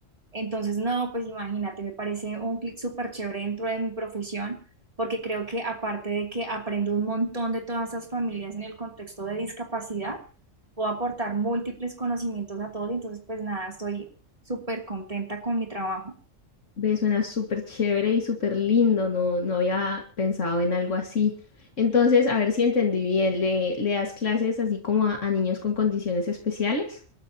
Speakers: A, on the right (about 25°); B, on the left (about 70°).
A: Entonces, no, pues imagínate, me parece un clic súper chévere dentro de mi profesión, porque creo que aparte de que aprendo un montón de todas esas familias en el contexto de discapacidad, puedo aportar múltiples conocimientos a todos y entonces, pues nada, estoy súper contenta con mi trabajo.
B: Ve, suena súper chévere y súper lindo, no, no había pensado en algo así. Entonces, a ver si entendí bien, ¿le, le das clases así como a a niños con condiciones especiales?